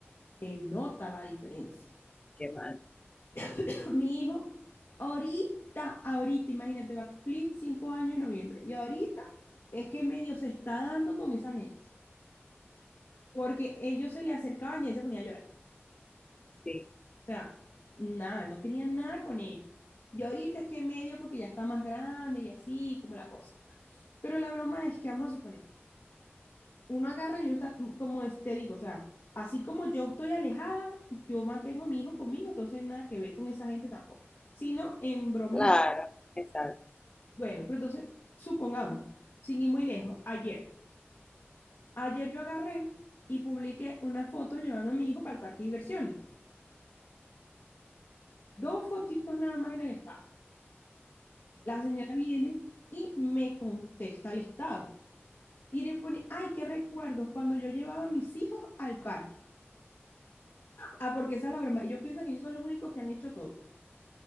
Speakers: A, on the left (about 70°); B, on the left (about 20°).
A: se nota la diferencia.
B: qué mal,
A: <laughs> Mi hijo, ahorita, ahorita, imagínate, va a cumplir cinco años en noviembre. Y ahorita es que medio se está dando con esa gente. Porque ellos se le acercaban y él se ponía a llorar.
B: sí,
A: O sea, nada, no querían nada con ellos. Y ahorita es que medio porque ya está más grande y así, como la cosa. Pero la broma es que vamos a suponer. uno agarra y uno está, como es- te digo, o sea, así como yo estoy alejada, yo mantengo a mi hijo conmigo, entonces nada que ver con esa gente tampoco, sino en bromas.
B: claro, exacto.
A: Bueno, pero entonces, supongamos, sin ir muy lejos, ayer, ayer yo agarré y publiqué una foto llevando a mi hijo para el parque de diversiones, dos foticos nada más en el estado. La señora viene y me contesta el estado. Y le pone, ay, qué recuerdos cuando yo llevaba a mis hijos al parque. Ah, porque esa es la broma. Ellos piensan que ellos son los únicos que han hecho todo.